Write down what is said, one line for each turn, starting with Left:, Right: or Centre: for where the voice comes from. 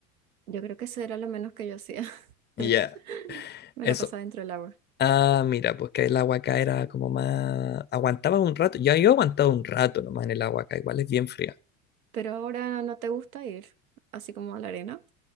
Right: Yo creo que eso era lo menos que yo hacía.
Left: Ya,
Right: <laughs> Me
Left: eso.
Right: la pasaba dentro del agua.
Left: Ah, mira, pues que el agua acá era como más... Aguantaba un rato, ya yo aguantaba un rato nomás en el agua acá, igual es bien fría.
Right: Pero ahora no te gusta ir, así como a la arena,